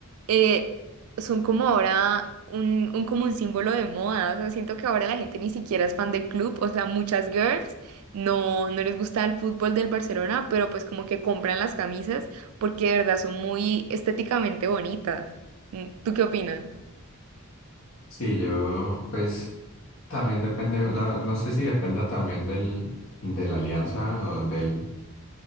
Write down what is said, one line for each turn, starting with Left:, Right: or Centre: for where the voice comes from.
Right: eh, son como ahora un, un, como un símbolo de moda. O sea, siento que ahora la gente ni siquiera es fan del club. O sea, muchas girls no, no les gusta el fútbol del Barcelona, pero pues como que compran las camisas porque de verdad son muy estéticamente bonitas. Mm, ¿Tú qué opinas?
Left: Sí, yo, pues también depende, no, no sé si dependa también del, de la alianza o del,